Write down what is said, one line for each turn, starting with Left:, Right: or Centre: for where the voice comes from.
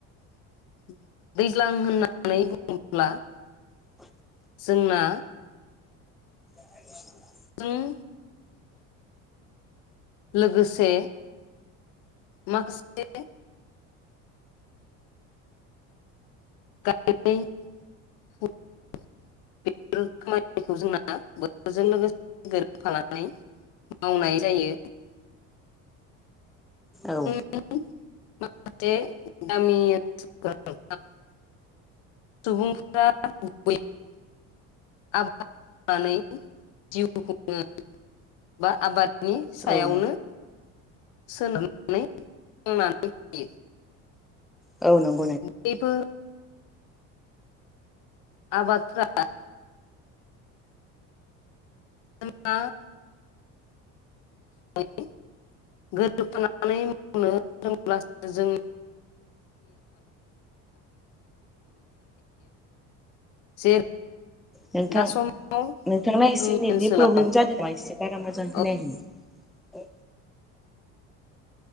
Left: <inaudible> दैज्लां होननानै बुङोब्ला
Centre: <unintelligible>
Left: जोंना
Centre: <unintelligible>
Left: उम लोगोसे माखासे गामिनि बेफोर खामानिखौ जोंना बोथोरजों लोगोसे गोरोबफानानै मावनाय जायो।
Centre: औ।
Left: उम माखासे गामि ओनसोलाव सुबुंफोरा <inaudible> आबाद मावनानै जिउ खुङो बा आबाद नि सायावनो
Centre: औ नौ
Left: सोनारनानै थांनानै थायो।
Centre: औ नं
Left: बयबो आबादफोरा अमबा <inaudible> गोरोबानानै मावनो रोंब्लासो जों जे
Centre: नोंथां
Left: दा समाव
Centre: नोंथांना
Left: जोंनि
Centre: एसे नेटनि
Left: ओनसोलाव
Centre: प्रब्लेम जादोंना एसे। बारा मोजां खोनायाखै।
Left: औ